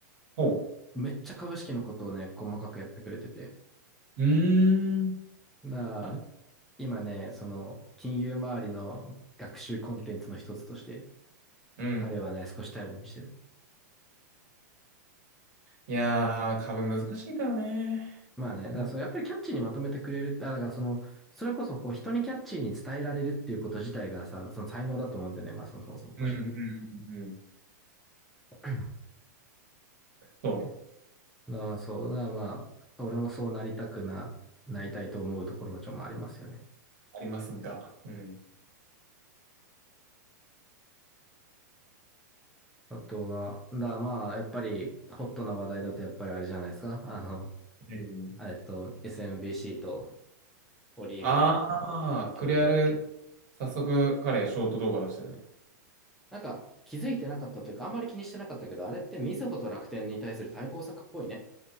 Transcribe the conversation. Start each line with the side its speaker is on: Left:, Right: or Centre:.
Right: ほう。
Centre: めっちゃ株式のことをね、細かくやってくれてて。
Right: うーん。
Centre: だから
Right: だね。
Centre: 今ね、その、金融周りの学習コンテンツの一つとして、
Right: うん。
Centre: 彼はね、少し頼りにしてる。
Right: いやー、株難しいからね。
Centre: まあね、だからそう、
Right: ほん
Centre: やっぱりキャッチーにまとめてくれるって、あ、だからその、それこそこう、人にキャッチーに伝えられるっていうこと自体がさ、その才能だと思うんだよね、まあそもそもそもとして。
Right: うん、うん、
Centre: <clears throat>
Right: うん。うん
Centre: <laughs> だか
Right: そうね。
Centre: らそう、だからまあ、俺もそうなりたくな、なりたいと思うところはちょっとありますよね。
Right: ありますが。うん。
Centre: あとは、だからまあ、やっぱり、ホットな話題だとやっぱりあれじゃないですか。あの、
Right: 何々
Centre: えっと、SMBC とオリーブの
Right: ああ、
Centre: 協業。
Right: クレアル、早速彼、ショート動画出してたね。
Centre: なんか、気づいてなかったというか、あんまり気にしてなかったけど、あれってみずほと楽天に対する対抗策っぽいね。